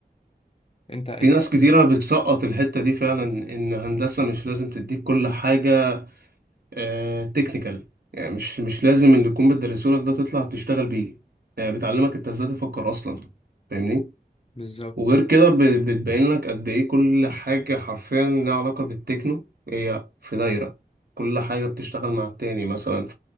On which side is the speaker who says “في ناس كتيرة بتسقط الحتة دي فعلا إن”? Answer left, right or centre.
Right